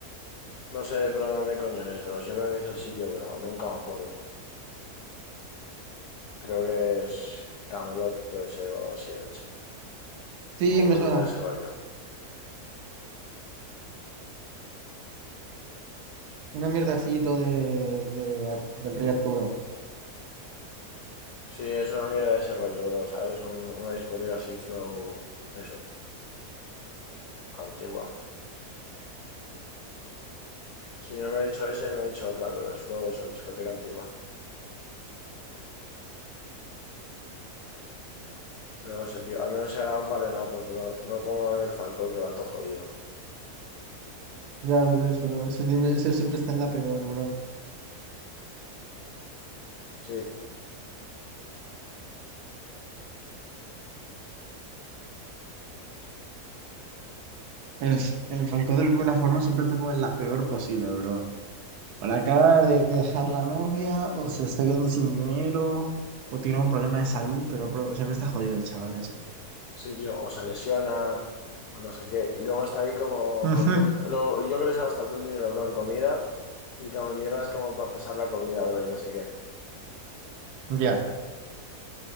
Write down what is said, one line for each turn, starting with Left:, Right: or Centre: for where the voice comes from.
Left: No sé, bro, dónde coño es, bro. Siempre me dice el sitio, pero nunca me acuerdo. Creo que es Camelot, puede ser, o algo así en Elche.
Right: Sí,
Left: O
Right: me
Left: una
Right: suena.
Left: mierda de ese rollo.
Right: Una mierda así, todo de, de Ar- del Rey Arturo.
Left: Sí, es una mierda de ese rollo, bro, ¿sabes? Un- una discoteca así, flow... Eso, antigua. Si no me ha dicho ese, me ha dicho otra, pero es flow eso, discoteca antigua. Pero no sé, tío. Al menos se hará un par de napos, bro. No como el Falcón que va todo jodido.
Right: Ya, bro, es, bro. Ese, siempre ese siempre está en la peor, bro.
Left: Sí,
Right: El, el Falcón de alguna forma siempre está como en la peor posible, bro. O la acaba de dejar la novia, o se está quedando sin dinero, o tiene un problema de salud, pero, bro, siempre está jodido el chaval ese.
Left: sí, tío. O se lesiona, o no sé qué. Y luego está ahí como
Right: Ujú.
Left: comiendo. lo- Yo creo que se gasta todo el dinero bro, en comida. Y como en mierda es como para pesar la comida, bro, y no sé qué.
Right: Ya,